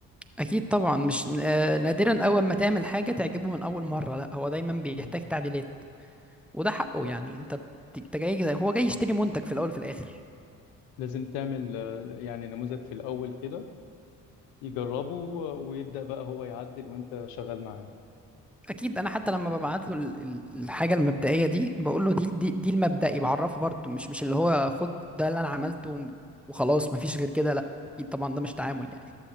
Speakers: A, in the centre; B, on the left (about 85°).
A: اكيد طبعا مش آه، نادرا اول ما تعمل حاجة تعجبه من اول مرة لا هو دايما بيحتاج
B: مم.
A: تعديلات وده حقه
B: ل-
A: يعني انت بت- انت جاي هو جاي يشتري منتج في الاول وفي الاخر
B: لازم تعمل آه، يعني نموذج في الاول كده يجربه آه، ويبدأ بقى هو يعدل وانت شغال معاه
A: اكيد انا حتى لما ببعت له ال- ال- الحاجه المبدئيه دي بقول له دي دي, دي المبدئي بعرفه برضه مش مش اللي هو خد ده اللي انا عملته وخلاص مفيش غير كده لا اكيد طبعا ده مش تعامل يعني